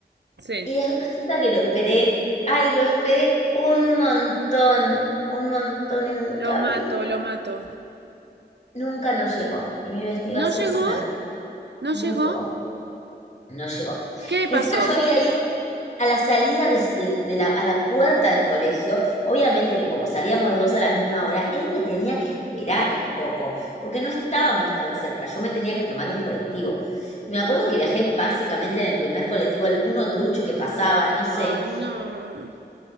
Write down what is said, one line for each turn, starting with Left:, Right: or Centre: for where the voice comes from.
Right: Sí.
Left: y des- resulta que lo esperé, ay, lo esperé un montón, un montón y nunca
Right: Lo mato,
Left: vino,
Right: lo mato.
Left: nunca no llegó, y mi vestido
Right: ¿No
Left: azul
Right: llegó?
Left: se me arrugó,
Right: ¿No
Left: no
Right: llegó?
Left: llegó, no llegó.
Right: ¿Qué le
Left: Encima
Right: pasó?
Left: yo había ido a la salida de, de- de la, a la puerta del colegio, obviamente que como salíamos los dos a la misma hora, él me tenía que esperar un poco, porque no estábamos tan cerca, yo me tenía que tomar un colectivo. Y me acuerdo que viajé básicamente en el primer colectivo, el uno trucho que pasaba, no sé,
Right: Ay, no.